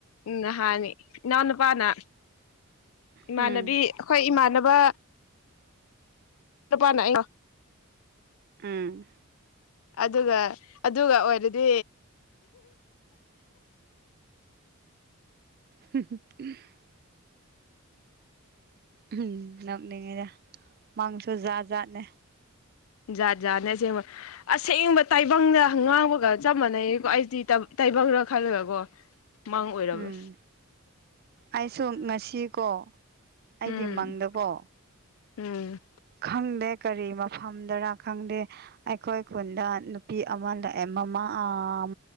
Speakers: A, on the left; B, on the right.
A: ꯎ ꯅꯍꯥꯅꯤ ꯏꯅꯥꯎ ꯅꯨꯨꯄꯥꯅ ꯏꯃꯥꯟꯅꯕꯤ
B: ꯎꯝ
A: ꯑꯩꯈꯣꯏ ꯏꯃꯥꯟꯅꯕ ꯅꯨꯄꯥ ꯑꯩ
B: ꯎꯝ
A: ꯑꯗꯨꯒ ꯑꯗꯨꯒ ꯑꯣꯏꯔꯗꯤ
B: <unintelligible> ꯎꯝ ꯅꯣꯛꯅꯤꯡꯉꯤꯗ ꯃꯡꯁꯨ ꯖꯥꯠ ꯖꯥꯠꯅꯦ
A: ꯖꯥꯠ ꯖꯥꯠꯅꯦ ꯑꯁꯦꯡꯕ ꯑꯁꯦꯡꯕ ꯇꯥꯏꯕꯪꯗ ꯉꯥꯡꯕꯒ ꯆꯞ ꯃꯥꯟꯅꯩꯀꯣ ꯑꯩꯗꯤ ꯇꯥꯏꯕꯪꯂ ꯈꯜꯂꯒꯀꯣ ꯃꯥꯡ ꯑꯣꯏꯔꯝꯃꯦ
B: ꯎꯝ ꯑꯩꯁꯨ ꯉꯁꯤꯀꯣ ꯑꯩꯒꯤ
A: ꯎꯝ
B: ꯃꯪꯗꯀꯣ
A: ꯎꯝ
B: ꯈꯪꯗꯦ ꯀꯔꯤ ꯃꯐꯝꯗꯔ ꯈꯪꯗꯦ ꯑꯩꯈꯣꯏ ꯈꯨꯟꯗ ꯅꯨꯄꯤ ꯑꯃ ꯂꯥꯛꯑꯦ ꯃꯃꯥ ꯑꯥ